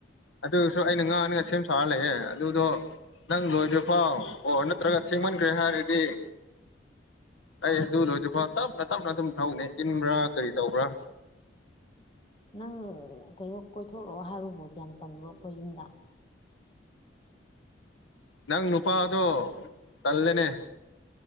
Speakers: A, on the left (about 85°); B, on the left (about 25°).
A: ꯑꯗꯨꯁꯨ ꯑꯩꯅ ꯉꯥꯡꯅꯕ ꯁꯦꯝ ꯁꯥꯔ ꯂꯩꯑꯦ ꯑꯗꯨꯗꯣ ꯅꯪ ꯂꯣꯏꯗ꯭ꯔꯤꯐꯥꯎ ꯑꯣ ꯅꯠꯇ꯭ꯔꯒ ꯊꯦꯡꯃꯟꯈ꯭ꯔꯦ ꯍꯥꯏꯔꯤ ꯍ ꯑꯩ ꯑꯗꯨ ꯂꯣꯏꯗ꯭ꯐ ꯇꯞꯅ ꯇꯞꯅ ꯑꯗꯨꯝ ꯊꯧꯅꯦ ꯏꯟꯕ꯭ꯔꯥ ꯀꯔꯤ ꯇꯧꯕ꯭ꯔꯥ
B: ꯅꯪ ꯀꯩꯅꯣ ꯀꯣꯏꯊꯣꯛꯛꯑꯣ ꯍꯥꯏꯔꯨꯕꯨꯗꯤ ꯌꯥꯝ ꯇꯟꯕ꯭ꯔꯣ ꯑꯩꯈꯣꯏ ꯌꯨꯝꯗ
A: ꯅꯪ ꯅꯨꯄꯥꯗꯣ ꯇꯜꯂꯦꯅꯦ